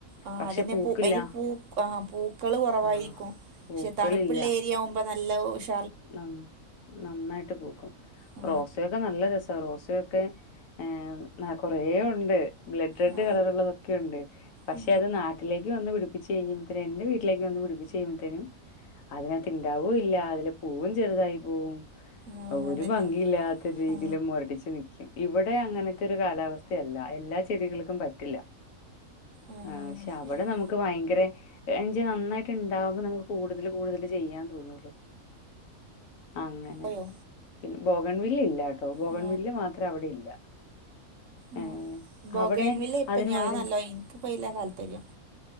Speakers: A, on the right (about 65°); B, on the left (about 70°).
A: ആഹ്
B: പക്ഷെ
A: അതന്നെ
B: പൂക്കില്ല
A: പൂ അന് പൂ ആ പൂക്കള് കുറവായിരിക്കും
B: ആഹ് പൂക്കളില്ല
A: പക്ഷെ തണുപ്പുള്ള ഏരിയ ആകുമ്പോ നല്ല ഉഷ്
B: ന നന്നായിട്ട് പോക്കും
A: ആ
B: റോസൊക്കെ നല്ല രസാ റോസൊക്കെ ഏഹ് കൊറേ ഉണ്ട് ബ്ലഡ് റെഡ്
A: ആ
B: കളർ ഉള്ളതൊക്കെ ഉണ്ട് പക്ഷെ
A: ആ
B: അത് നാട്ടിലേക്ക് വന്ന് പിടി പ്പിച്ച് കഴ് <unintelligible> എന്റെ വീട്ടിലേക്ക് വന്ന് പിടിപ്പിച്ച കഴുമ്പത്തേനും അതിനക ഇണ്ടാവു ഇല്ല അതി പൂവും ചെറുതായി പോവും
A: ആ
B: ഒരു
A: അതന്നെ
B: ഭംഗിയില്ലാത്ത രീതിൽ
A: ആ
B: മുരടിച്ചു നിക്കും ഇവിടെ അങ്ങനത്തെ ഒരു കാലാവസ്ഥയല്ല എല്ലാ ചെടികൾക്കും പറ്റില്ല
A: ആ
B: ആഹ് പക്ഷെ അവിടെ
A: ശരിയാ
B: നമുക്ക് ഭയങ്കര എ നന്നായിട്ട്ണ്ടാവുമ്പോ നമുക്ക് കൂടുതൽ കൂടുതൽ ചെയ്യാൻ തോന്നൂല്ലോ അങ്ങനെ
A: പോയോ
B: പിന്നെ ബോഗൺ വില്ല് ഇല്ലാട്ടോ ബോഗൺ
A: ആ
B: വില്ല് മാത്രം അവിടെ ഇല്ല
A: ആഹ്
B: ഏഹ്
A: ബൊഗൈൻവില്
B: അവിടെ
A: ഇപ്പൊ
B: അതിന്
A: ഞാനല്ല
B: പകരം
A: എനിക്ക്പ്പയ്ല്ല താല്പര്യം